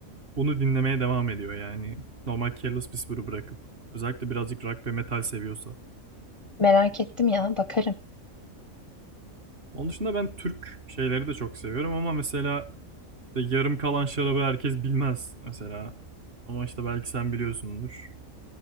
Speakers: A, on the right (about 45°); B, on the left (about 35°).
A: bunu dinlemeye devam ediyor yani. Normal Careless Whisper'ı bırakıp. Özellikle birazcık rock ve metal seviyorsa.
B: Merak ettim ya. Bakarım.
A: Onun dışında ben Türk şeyleri de çok seviyorum ama mesela işte yarım kalan şarabı herkes bilmez mesela. Ama işte belki sen biliyorsundur.